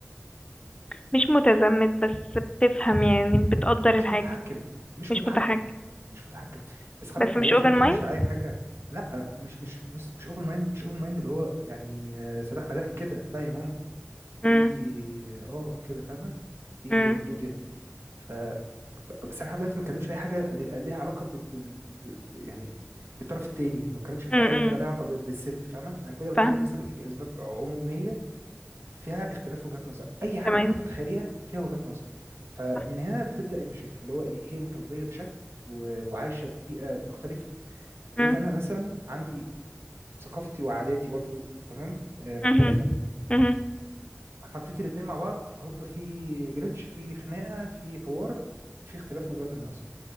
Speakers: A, on the left; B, on the right.
A: مش متزمت بس بتفهم يعني بتقدر
B: مش
A: الحاجة
B: متحكم مش
A: مش
B: متحكم
A: متحكم
B: مش متحكم بس خلي
A: بس
B: بالك انا
A: مش
B: دلوقتي
A: open
B: ما اتكلمش
A: mind
B: على اي حاجه لا مش مش مش مش اوبن مايند مش اوبن مايند اللي هو يعني آه، سداح مداح كده لا يا ماما في
A: امم
B: اه كده فاهمه في
A: امم
B: حدود يعني ف بس انا لحد دلوقتي ما اتكلمش في اي حاجه اللي- ليها علاقه بال... بال... بال- يعني بالطرف التاني ما اتكلمش في
A: امم
B: اي حاجه ليها علاقه بال- بالست فاهمه انا كده بتكلم
A: فاهم
B: مثلا بديك اسباب عموميه فيها اختلاف وجهات نظر اي حاجه
A: تمام
B: ممكن تتخيليها فيها وجهات نظر فمن
A: صح
B: هنا بتبدا المشاكل اللي هو ايه هي متربيه بشكل و- وعايشه في بيئه مختلفه
A: امم
B: جيت انا مثلا عندي ثقافتي وعاداتي برضو تمام آه، مختلفه
A: امم امم
B: فحطيت الاتنين مع بعض هوب في جليتش في خناقه في حوار في اختلاف وجهات النظر